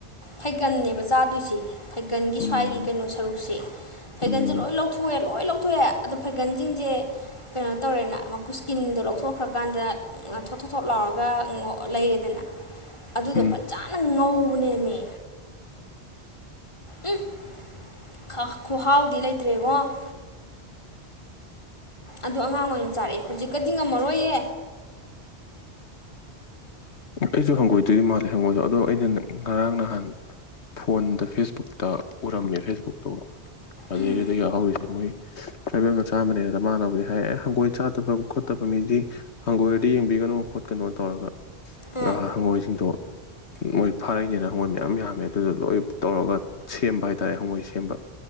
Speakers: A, on the left; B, on the left.
A: ꯐꯩꯒꯟꯅꯦꯕ ꯆꯥꯗꯣꯏꯖꯦ ꯐꯩꯒꯟꯒꯤ
B: ꯎꯝ
A: ꯁ꯭ꯋꯥꯏꯒꯤ ꯀꯩꯅꯣ ꯁꯔꯨꯛꯁꯦ ꯐꯩꯒꯟꯁꯦ
B: ꯎꯝ
A: ꯂꯣꯏ ꯂꯧ ꯊꯣꯛꯑꯦ ꯂꯣꯏ ꯂꯧꯊꯣꯛꯑꯦ ꯑꯗꯣ ꯐꯩꯒꯜꯖꯤꯡꯖꯦ ꯀꯩꯅꯣ ꯇꯧꯔꯦꯅ ꯃꯀꯨ ꯁ꯭ꯀꯤꯟꯗꯣ ꯂꯧꯊꯣꯛꯈ꯭ꯔꯀꯥꯟꯗ ꯊꯣꯠ ꯊꯣ ꯊꯣꯠ ꯂꯥꯎꯔꯒ ꯂꯩꯔꯦꯗꯅ ꯑꯗꯨꯗꯣ
B: ꯎꯝ
A: ꯐꯖꯅ ꯉꯧꯕꯅꯦꯃꯤ ꯎꯝꯐ ꯈ ꯈꯨꯍꯥꯎꯗꯤ ꯂꯩꯇ꯭ꯔꯦ ꯏꯕꯨꯡꯉꯣ ꯑꯗꯣ ꯑꯉꯥꯡ ꯑꯣꯏꯔꯤꯉꯩ ꯆꯥꯔꯛꯑꯦ ꯍꯧꯖꯤꯛꯀꯗꯤ ꯉꯝꯃꯔꯣꯏꯌꯦ
B: ꯅꯨꯄꯤꯁꯨ ꯍꯪꯒꯣꯏꯗꯣꯏ ꯃꯥꯜꯂꯦ ꯍꯪꯉꯣꯏꯗꯣ ꯑꯗꯣ ꯑꯩꯅ ꯉꯔꯥꯡ ꯅꯍꯥꯟ ꯐꯣꯟꯗ ꯐꯦꯁꯕꯨꯛꯇ ꯎꯔꯝꯃꯦ ꯐꯦꯁꯕꯨꯛꯇꯣ ꯑꯗꯨꯗꯩꯗꯨꯗ
A: ꯎꯝ
B: ꯌꯥꯎꯍꯧꯔꯤꯁꯦ ꯃꯣꯏ ꯇ꯭ꯔꯥꯏꯕꯦꯜ ꯃꯆꯥ ꯑꯃꯅꯦ ꯑꯗ ꯃꯥꯅꯕꯨꯗꯤ ꯍꯥꯏꯔꯛꯑꯦ ꯍꯪꯒꯣꯏ ꯆꯥꯗꯕ ꯈꯣꯠꯇꯕ ꯃꯤꯗꯤ ꯍꯪꯒꯣꯏꯗ ꯌꯦꯡꯕꯤꯒꯅꯨ ꯈꯣꯠꯀꯅꯣ ꯇꯧꯔꯒ
A: ꯎꯝ
B: ꯍꯪꯒꯣꯏꯁꯤꯡꯗꯣ ꯃꯣꯏ ꯐꯥꯔꯛꯏꯅꯦꯅ ꯍꯪꯒꯣꯏ ꯃꯌꯥꯝ ꯌꯥꯝꯃꯦ ꯑꯗꯨꯗꯣ ꯂꯣꯏ ꯇꯧꯔꯒ ꯁꯦꯝꯕ ꯍꯥꯏꯇꯥꯔꯦ ꯍꯪꯉꯣꯏ ꯁꯦꯝꯕ